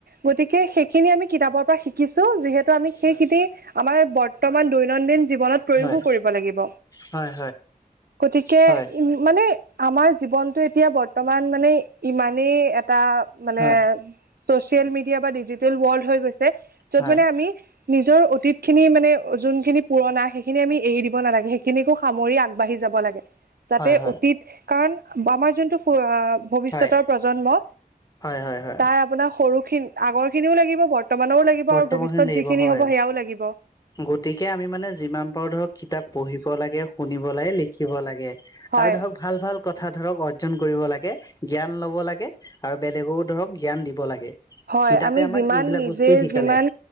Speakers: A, on the right; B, on the left.
A: গতিকে সেইখিনি আমি কিতাপৰ পৰা শিকিছো যিহেতু আমি সেইখিনি-
B: হয়,
A: আমাৰ বৰ্তমান দৈনন্দিন- জীৱনত প্ৰয়োগউ,
B: হয়,
A: কৰিব লাগিব
B: হয়, হয়, হয়, হয়,
A: গতিকে,
B: হয়,
A: উমঁ- মানে আমাৰ জীৱনটো এতিয়া বৰ্তমান মানে ইমানেই এটা। মানে
B: হয়,
A: চচিয়েল মিডিয়া বা ডিজিটেল ৱৰ্লড হৈ গৈছে য'ত
B: হয়, হয়, হয়,
A: মানে আমি- নিজৰ অতীত খিনি মানে যোনখিনি পুৰণা সেইখিনি আমি এৰি দিব নালাগে। খিনিকো সামৰি আগবাঢ়ি যাব লাগে যাতে
B: হয়,
A: অতীত কাৰণ আমাৰ যোনটো- ভৱিষ্যতৰ
B: হয়,
A: প্ৰজন্ম
B: হয়, হয়, হয়,
A: তাৰ আপোনাৰ সৰুখিন। আগৰ খিনিও লাগিব বৰ্তমানৰও লাগিব
B: বৰ্তমানখিনি
A: আৰু ভৱিষ্যত
B: লাগিব
A: যিখিনি
B: হয়,
A: হ'ব সেয়াও লাগিব।
B: গতিকে আমি মানে যিমান পাৰো ধৰক- কিতাপ পঢ়িব লাগে শুনিব লাগে লিখিব লাগে
A: হয়
B: আৰু ধৰক ভাল ভাল কথা ধৰক অৰ্জন কৰিব লাগে জ্ঞান ল'ব লাগে। আৰু বেলেগকো ধৰক জ্ঞান দিব লাগে।
A: হয়ঁ
B: কিতাপে
A: আমি
B: আমাক
A: যিমান
B: এইবিলাক
A: নিজে-
B: বস্তুৱে
A: এই
B: শিকালে
A: যিমান